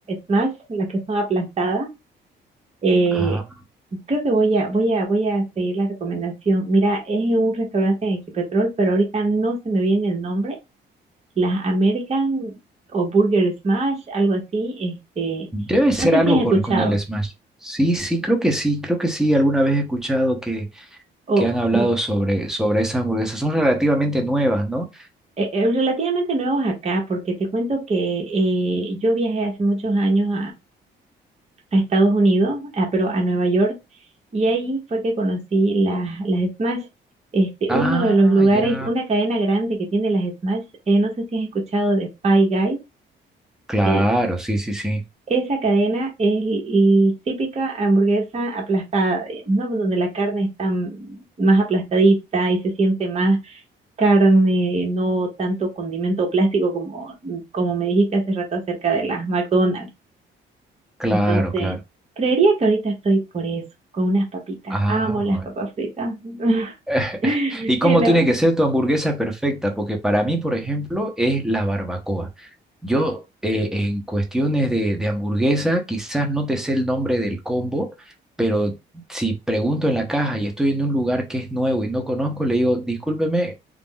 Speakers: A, on the right (about 30°); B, in the centre.
A: smash, las que son aplastadas. Eh,
B: Ah,
A: creo que voy a, voy a, voy a seguir la recomendación. Mira, es un restaurante en Equipetrol, pero ahorita no se me viene el nombre. Las American o Burger Smash, algo así. Este,
B: debe ser
A: no sé
B: algo
A: si has
B: con,
A: escuchado.
B: con el Smash. Sí, sí, creo que sí, creo que sí. Alguna vez he escuchado que
A: O
B: que han hablado
A: mm,
B: sobre, sobre esas hamburguesas. Son relativamente nuevas, ¿no?
A: eh, eh, relativamente nuevos acá, porque te cuento que eh, yo viajé hace muchos años a Estados Unidos, a- pero a Nueva York, y ahí fue que conocí las, las Smash. Este,
B: Ah,
A: uno de los lugares,
B: ya.
A: una cadena grande que tiene las Smash, eh, no sé si has escuchado de Five Guys,
B: Claro,
A: eh,
B: sí, sí, sí.
A: esa cadena es l- l- típica hamburguesa aplastada, digamos, ¿no? Donde la carne está mm, más aplastadita y se siente más carne, no tanto condimento plástico como, como me dijiste hace rato acerca de las McDonald's.
B: Claro,
A: Entonces,
B: claro.
A: creería que ahorita estoy por eso, con unas papitas.
B: Ah,
A: Amo las
B: bueno.
A: papas fritas. <laughs>
B: <laughs>
A: Eh,
B: ¿Y cómo
A: no.
B: tiene que ser tu hamburguesa perfecta? Porque para mí, por ejemplo, es la barbacoa. Yo, eh, en cuestiones de, de hamburguesa, quizás no te sé el nombre del combo, pero si pregunto en la caja y estoy en un lugar que es nuevo y no conozco, le digo, discúlpeme,